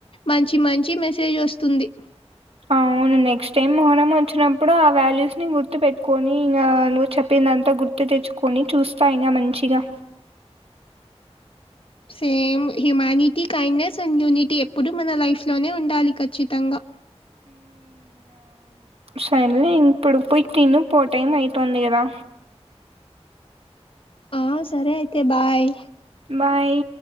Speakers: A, on the left; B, on the right.
A: మంచి మంచి మెసేజ్ వస్తుంది
B: అవును నెక్స్ట్ టైమ్ మొహరం వచ్చినప్పుడు ఆ వ్యాల్యూస్‌ని గుర్తు పెట్టుకని ఇంగా నువ్వు చెప్పిందంతా గు ర్తు తెచ్చుకొని చూస్తా ఇంగా మంచిగా
A: same humanity kindness and unity ఎప్పుడు మన లైఫ్ లోనే ఉండాలి ఖచ్చితంగా
B: సరేలే ఇప్పుడు పోయి తిను పో టైం అయితుంది కదా
A: ఆ సరే అయితే బాయ్
B: బాయ్